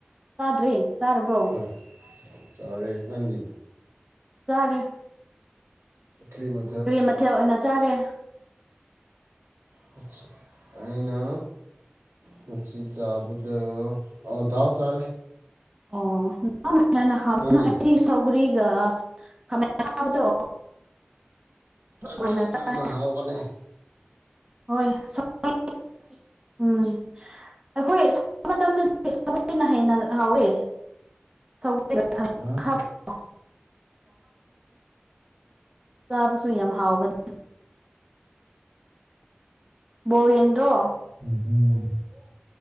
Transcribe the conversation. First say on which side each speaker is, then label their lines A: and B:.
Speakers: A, on the right (about 20°); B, on the right (about 85°).
A: ꯆꯥꯗ꯭ꯔꯤ ꯆꯥꯔꯕ꯭ꯔꯣ
B: ꯍꯣꯏ ꯆꯥꯔꯦ ꯅꯪꯗꯤ
A: ꯆꯥꯔꯦ
B: ꯀ꯭ꯔꯤ ꯃꯥ
A: ꯀꯔꯤ ꯃꯊꯦꯜ ꯑꯣꯏꯅ ꯆꯥꯔꯦ
B: <inaudible> ꯑꯩꯅ ꯉꯁꯤ ꯆꯥꯕꯗꯣ ꯑꯥ ꯗꯥꯥꯜ ꯆꯥꯔꯦ
A: ꯑꯣ <unintelligible>
B: ꯅꯪꯗꯤ
A: ꯑꯩꯗꯤ ꯁꯧꯒꯔꯤꯒ ꯈꯥꯃꯦꯟ ꯑꯈꯥꯕꯗꯣ ꯑꯣꯏꯅ
B: ꯑꯥꯆ ꯑꯗꯨꯅ
A: ꯆꯥꯏ
B: ꯍꯥꯎꯕꯅꯤ
A: ꯍꯣꯏ ꯁꯧ <unintelligible> ꯎꯝ ꯑꯩꯈꯣꯏ ꯃꯇꯝꯗꯗꯤ <unintelligible> ꯁꯧꯒ꯭ꯔꯤꯅ ꯍꯦꯟꯅ ꯍꯥꯎꯋꯦ ꯁꯧ <unintelligible>
B: ꯍꯥꯥ
A: <unintelligible> ꯆꯥꯕꯁꯨ ꯌꯥꯝ ꯍꯥꯎꯕꯅꯤ ꯕꯣꯜ ꯌꯦꯡꯗ꯭ꯔꯣ
B: <unintelligible>